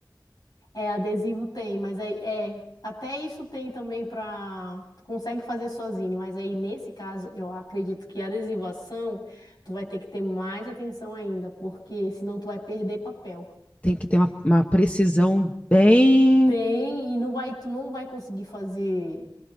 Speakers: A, on the left (about 60°); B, on the left (about 20°).
A: É, adesivo tem, mas aí é, até isso tem também para tu consegue fazer sozinho, mas aí nesse caso eu acredito que a adesivação tu vai ter que ter mais atenção ainda, porque senão tu vai perder papel.
B: tem que ter uma, uma precisão bem
A: Bem, e não vai, tu não vai conseguir fazer.